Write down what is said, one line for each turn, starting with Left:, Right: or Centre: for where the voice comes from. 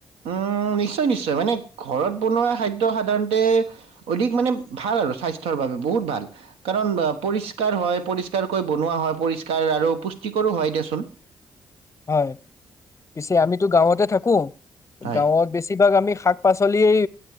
Right: উ নিশ্চয় নিশ্চয় মানে ঘৰত বনোৱা খাদ্য সাধাৰণতে অধিক মানে ভাল আৰু স্বাস্থ্যৰ বাবে, বহুত ভাল। কাৰণ পৰিষ্কাৰ হয় পৰিষ্কাৰকৈ বনোৱা হয় পৰিষ্কাৰ আৰু পুষ্টিকৰো হয় দেচোন।
Left: হয় পিছে আমিতো গাঁৱতে থাকো।
Right: হয়
Left: গাঁৱত বেছিভাগ আমি শাক পাচলিয়েই